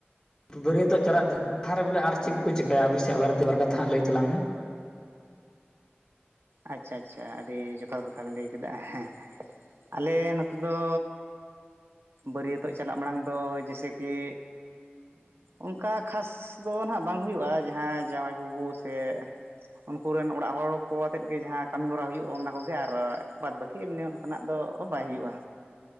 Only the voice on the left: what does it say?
ᱵᱟᱹᱨᱭᱟᱹᱛᱚᱜ ᱪᱟᱞᱟᱜ ᱞᱟᱦᱟᱨᱮ ᱵᱚᱞᱮ ᱟᱨ ᱪᱮᱫ ᱠᱚᱠᱚ ᱪᱤᱠᱟᱹᱭᱟ ᱾ ᱟᱯᱮ ᱥᱮᱭᱟᱜ ᱵᱟᱨᱮᱛᱮ ᱵᱟᱨ ᱠᱟᱛᱷᱟ ᱦᱟᱸᱜ ᱞᱟᱹᱭ ᱛᱟᱞᱟᱝ ᱢᱮ᱾